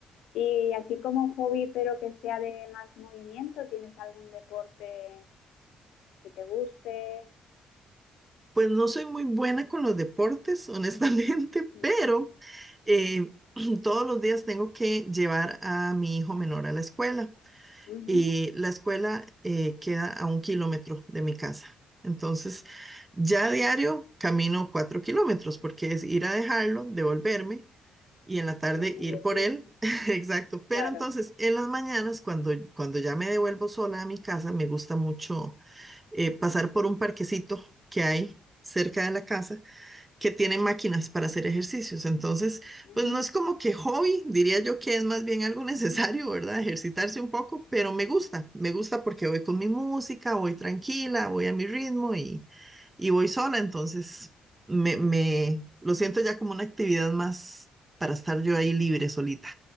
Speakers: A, on the left (about 85°); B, on the right (about 20°).
A: Y así como hobby, pero que sea de más movimiento, ¿tienes algún deporte que te guste?
B: Pues no soy muy buena con los deportes, honestamente, <laughs>
A: Ujú.
B: pero eh, <clears throat> todos los días tengo que llevar a mi hijo menor a la escuela.
A: Ujú.
B: y la escuela eh, queda a un kilómetro de mi casa. Entonces, ya a diario camino cuatro kilómetros porque es ir a dejarlo, devolverme y en la tarde
A: Ir al mediodía.
B: ir por él. <laughs> Exacto. Pero
A: Claro,
B: entonces, en las mañanas, cuando, cuando ya me devuelvo sola a mi casa, me gusta mucho eh, pasar por un parquecito que hay cerca de la casa que tienen máquinas para hacer ejercicios. Entonces,
A: Mm,
B: pues no es como que hobby, diría yo que es más bien algo <laughs> necesario, ¿verdad? Ejercitarse un poco, pero me gusta, me gusta porque voy con mi música, voy tranquila, voy a mi ritmo y, y voy sola. Entonces, me, me lo siento ya como una actividad más para estar yo ahí libre, solita.